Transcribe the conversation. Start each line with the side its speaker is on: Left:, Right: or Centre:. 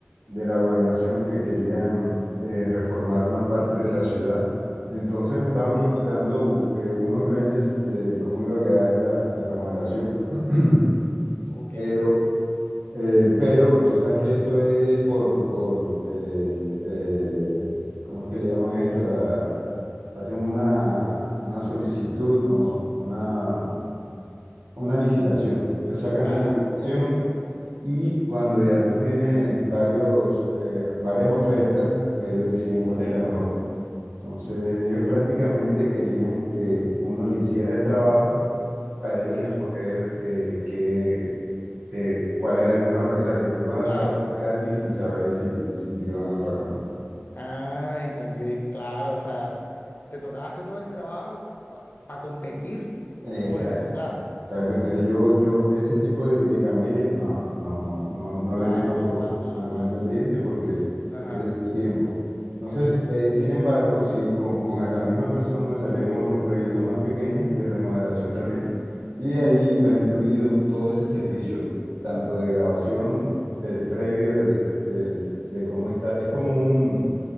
Right: de la gobernación que querían eh, reformar una parte de la ciudad. Entonces me estaban
Left: ok,
Right: cotizando eh, unos renders de, de cómo iba a quedar la, la remodelación. <clears throat>
Left: ok.
Right: Pero eh, pero tú sabes que esto es por, por eh, eh, ¿cómo es que le llama esto? La, hacen una, una solicitud, como una, una licitación. Ellos sacan
Left: Ajá,
Right: la licitación
Left: ok.
Right: y cuando ya tú tienes varios, eh, varias ofertas, pues ellos deciden
Left: ujú,
Right: cuál es la mejor. Entonces, ellos prácticamente querían que uno le hiciera el trabajo para ellos
Left: Ya,
Right: escoger eh, qué, eh, cuál era el mejor. O sea, que tú ibas a
Left: claro.
Right: Mm. trabajar gratis sin saber si, si te iban a pagar o no.
Left: Ah, entendí. Claro, o sea, te tocaba hacer todo el trabajo para competir
Right: Exacto.
Left: por el contrato.
Right: Exacto, entonces yo, yo ese tipo de, de camellos no, no, no, no
Left: Claro,
Right: le meto,
Left: no aguanta,
Right: no
Left: no aguanta.
Right: le meto el diente porque
Left: Ajá,
Right: pierdes tu tiempo. Entonces, eh, sin embargo, sí, con, con la misma persona me salieron otros proyectos más pequeños de remodelación
Left: ajá,
Right: también. Y de ahí va incluido todo ese servicio, tanto de grabación del previo, del, del, de cómo está. Es como un,